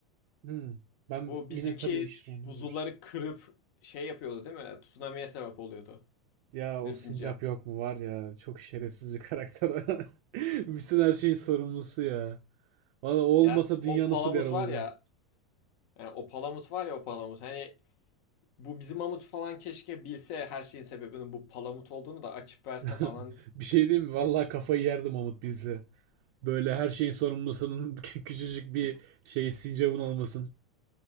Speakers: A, on the right; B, on the left.
A: Hmm. Ben
B: Bu
A: yine
B: bizimki
A: tabii iş sonunda
B: buzulları
A: izlemiştim.
B: kırıp şey yapıyordu değil mi? Tsunami'ye sebep oluyordu.
A: Ya
B: Bizim
A: o sincap
B: simcap.
A: yok mu var ya çok şerefsiz bir karakter. <laughs> Bütün her şeyin sorumlusu ya. Valla o olmasa
B: Ya
A: dünya
B: o palamut
A: nasıl bir yer olurdu?
B: var ya. yani o palamut var ya o palamut. Hani Bu bizim Mamut falan keşke bilse her şeyin sebebinin bu palamut olduğunu da açıp verse
A: <laughs>
B: falan.
A: Bir şey diyeyim mi? Valla kafayı yerdim Mahmut bilse. Böyle her şeyin sorumlusunun <laughs> küçücük bir şey sincapın olmasın.